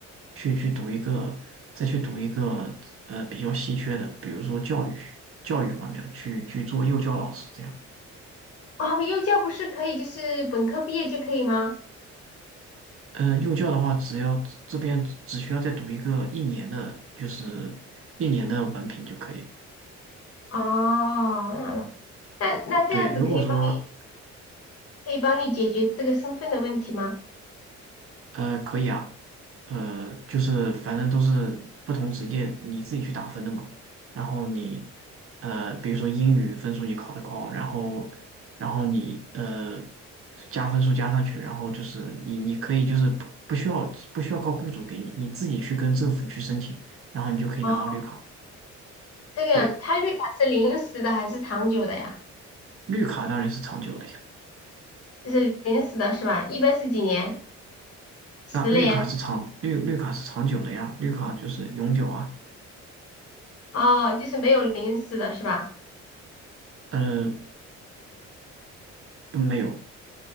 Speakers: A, on the right; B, on the left.
A: 去去读一个，再去读一个呃比较稀缺的，比如说教育学、教育方面的，去去做幼教老师这样。
B: 啊，幼教不是可以就是本科毕业就可以吗？
A: 呃，幼教的话，只要这边只需要再读一个一年的，就是一年的文凭就可以。
B: 哦，那那那这样子可以帮你
A: 对，如果说
B: 可以帮你解决这个身份的问题吗？
A: 呃可以啊，呃，就是反正都是不同职业你自己去打分的嘛。然后你呃，比如说英语分数你考得高，然后然后你呃加分数加上去，然后就是你你可以就是不不需要不需要靠雇主给你，你自己去跟政府去申请，然后你就可以拿到绿卡。
B: 哦，这个样，
A: 对。
B: 他绿卡是临时的还是长久的呀？
A: 绿卡当然是长久的。
B: 就是临时的是吧？一般是几年？十年？
A: 那绿卡是长绿绿卡是长久的呀，绿卡就是永久啊。
B: 哦，就是没有临时的是吧？
A: 嗯、不没有。